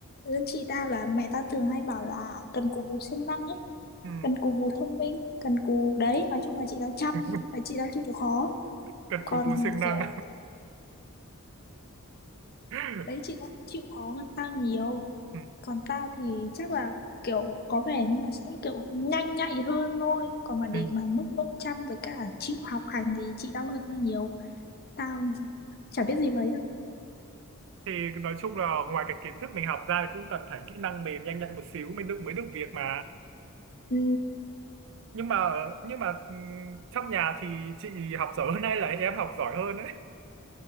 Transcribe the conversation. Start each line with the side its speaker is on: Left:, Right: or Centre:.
Left: Chị ta là mẹ ta thường hay bảo là cần cù bù siêng năng ấy,
Right: ừ.
Left: cần cù bù thông minh, cần cù đấy, nói chung là chị ta chăm,
Right: <laughs>
Left: là chị ta chịu khó.
Right: cần
Left: Còn
Right: cù bù siêng năng
Left: kiểu
Right: <laughs>
Left: đấy chị ta chịu khó hơn tao nhiều.
Right: ừ.
Left: Còn tao thì chắc là kiểu có vẻ như là sẽ kiểu nhanh nhạy hơn thôi. Còn mà để
Right: Ừ.
Left: mà mức độ chăm với cả chịu học hành thì chị tao hơn tao nhiều. Tao chả biết gì mấy đâu.
Right: thì nói chung là ngoài cái kiến thức mình học ra thì cũng cần phải kỹ năng mềm nhanh nhạy một xíu mình được mới được việc mà
Left: Ừ.
Right: nhưng mà nhưng mà ừ, trong nhà thì chị học giỏi hơn hay là em học giỏi hơn đấy